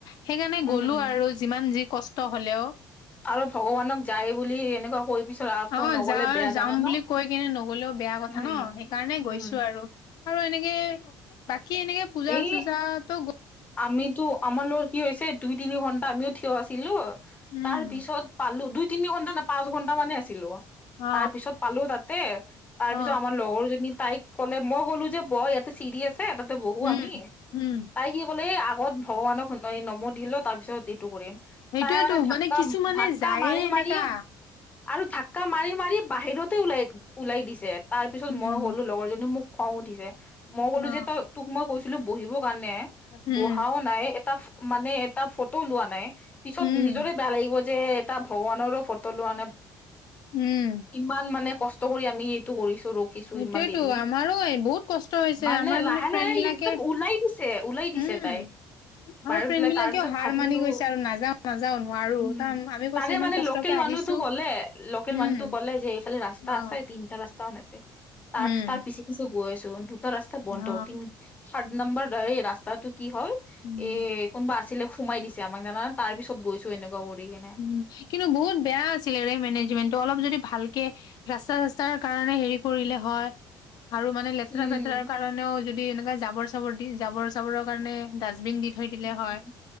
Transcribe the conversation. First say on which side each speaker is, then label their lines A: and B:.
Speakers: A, on the left (about 60°); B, on the left (about 20°).
A: সেইকাৰণে
B: উম
A: গ'লো আৰু যিমান যি কষ্ট হ'লেও
B: আৰু ভগৱানক যায় বুলি এনেকুৱা কৈ পিছত আকৌ
A: অ'
B: নগলে
A: যা
B: বেয়া
A: যাম
B: জানা ন
A: বুলি কৈ কিনে নগলে বেয়া কথা
B: উম
A: ন? সেইকাৰণে
B: উম
A: গৈছো আৰু। আৰু এনেকে বাকী এনেকে পূজা-চূজাত
B: এই আমিতো আমাৰ লগৰ কি হৈছে দুই তিনি-ঘন্টা আমিও থিয় আছিলো।
A: উম
B: তাৰ পিছত পালো দুই তিনি ঘন্টা নে পাঁচ ঘন্টা মানে আছিলো
A: অ
B: তাৰ পিছত পালো তাত। তে তাৰ
A: অ
B: পিছত আমাৰ লগৰজনী তাইক ক'লে মই ক'লো যে ব ইয়াতে চিৰিয়াছ আছে তাতে বহু
A: উম
B: আমি।
A: উম
B: তাই কি লে আগত ভগৱানক নমো দিলো তাৰ পিছত এইটো কৰিম।
A: সেইটোয়েতো
B: তাই মানে ধাক্কা,
A: কিছুমানে
B: ধাক্কা
A: যায়ে
B: মাৰি-মাৰিয়ে
A: এনেকা
B: আৰু ধাক্কা মাৰি-মাৰি বাহিৰতেই ওলাই-ওলাই দিছে তাৰ পিছত
A: উম
B: মই কলো লগৰজনী মোক খং উঠিছে মই কলো
A: অ
B: যে তই তোক মই কৈছিলো বহিবৰ কাৰণে
A: উম
B: বহাও নাই এটা মানে এটা ফটো ওলোৱা নাই পিছত
A: উম
B: নিজৰে বেয়া লাগিব যে এটা ভগৱানৰো ফটো লোৱা নাই
A: উম
B: ইমান মানে কষ্ট কৰি আমি এইটো কৰিছো ৰখিছো
A: সেইটোয়েতো
B: ইমান দেৰি
A: আমাৰো বহুত কষ্ট হৈছে
B: মানে
A: আমাৰ
B: লাহে-লাহে
A: ফ্ৰেণ্ড বিলাকে
B: একদম ওলাই দিছে ওলাই দিছে
A: উম
B: তাই
A: আমাৰ
B: বাহিৰত
A: ফ্ৰেণ্ড
B: ওলাই
A: বিলাকেও
B: তাৰ পিছত
A: হাৰ
B: ভাবিলো
A: মানি গৈছে আৰু নাযাও নাযাও নোৱাৰো
B: উম
A: তাম আমি কৈছো
B: তাৰে
A: ইমান
B: মানে
A: কষ্টকে
B: লোকেল
A: আহিছো
B: মানুহ ক'লে লোকেল
A: উম
B: মানুহটো ক'লে যে এইফালে ৰাস্তা
A: অ
B: আছে তিনিটা ৰাস্তাও আছে তাৰ
A: উম
B: পিছত তাৰ পিছে-পিছে গৈ আছো দুটা ৰাস্তা বন্ধ
A: অ
B: তিনি থাৰ্ড নম্বৰ এই ৰাস্তাটো কি হল
A: উম
B: এ কোনোবা আছিলে সোমাই দিছে আমাক জানে তাৰ পিছত গৈছো এনেকুৱা কৰি কেনে
A: উম কিন্তু বহুত বেয়া আছিলে ৰে মেনেজমেন্টটো অলপ যদি ভাল ৰাস্তা-চাস্তাৰ কাৰণে হেৰি কৰিলে হয় আৰু মানে লেতেৰা-ফেতেৰাৰ
B: উম
A: কাৰণেও যদি এনেকা জাবৰ-চাবৰ দি জাবৰ-চাবৰৰ কাৰণে ডাচ- বিন থৈ দিলে
B: উম
A: হয়